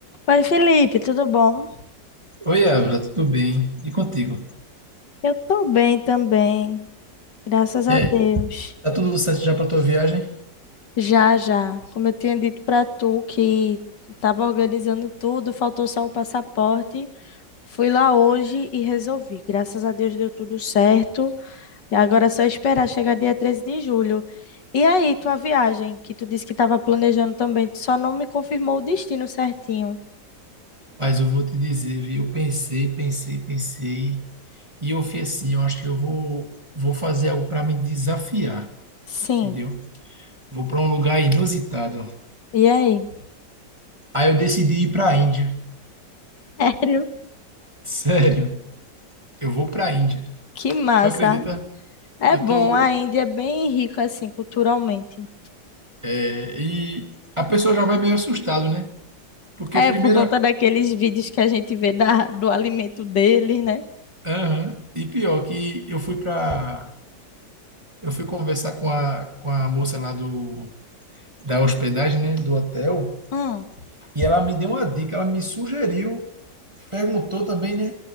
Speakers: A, on the left; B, on the right.
A: Oi, Felipe, tudo bom?
B: Oi, Ávila, tudo bem? E contigo?
A: Eu tô bem também, graças
B: E
A: a
B: aí,
A: Deus.
B: tá tudo certo já pra tua viagem?
A: Já, já. Como eu tinha dito pra tu que tava organizando tudo, faltou só o passaporte. Fui lá hoje e resolvi. Graças a Deus deu tudo certo. E agora é só esperar chegar dia 13 de julho. E aí, tua viagem, que tu disse que tava planejando também, tu só não me confirmou o destino certinho.
B: Mas eu vou te dizer, viu? Eu pensei, pensei, pensei, e eu fui assim, eu acho que eu vou, vou fazer algo para me desafiar,
A: Sim.
B: entendeu? Vou para um lugar inusitado.
A: E aí?
B: Aí eu decidi ir para a Índia.
A: <laughs> Sério?
B: <laughs> Sério, eu vou para a Índia.
A: Que massa.
B: Tu acredita?
A: É
B: Eu
A: bom,
B: tô,
A: a Índia é bem rica assim culturalmente.
B: é, e a pessoa já vai meio assustado, né? Porque
A: É
B: primeira,
A: por conta daqueles vídeos que a gente vê da, do alimento deles, né?
B: aham, e pior que eu fui para Eu fui conversar com a, com a moça lá do, da hospedagem, né, do hotel,
A: Hum,
B: e ela me deu uma dica, ela me sugeriu, perguntou também, né,